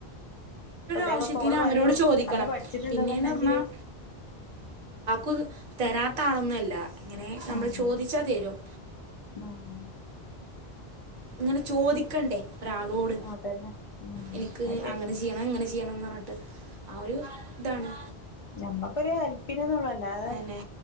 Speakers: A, on the left; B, on the right.
A: ഇപ്പത്തേപ്പ
B: ആവിശ്യത്തിന്
A: ഓള്
B: അവരുട്
A: പറയും
B: ചോദിക്കാൻ- <unintelligible>
A: അന്ന് പഠിച്ചിട്ടുണ്ടെന്നുണ്ടെങ്കില്
B: പിന്നെന്നു പറന്നാൽ <unintelligible> താരത്ത അളൊന്നും അല്ല ഇങ്ങനെ നമ്മളു
A: ആഹ്
B: ചോദിച്ചാൽ തരും
A: ആഹ്
B: ഇങ്ങനെ ചോദിക്കണ്ട എനിക്ക് ഒരാളോട്
A: അതന്നെ ഉം
B: എനിക്ക്
A: അത് ശരിയാണ്
B: അങ്ങനെ ചെയ്യണം ഇങ്ങനെ ചെയ്യണം എന്ന് - ആ ഇതാണ്
A: ഞമ്മക്കൊരു ഒരു ഹെല്പ്പിന് എന്നുള്ളതല്ലാതെ
B: പിന്നെ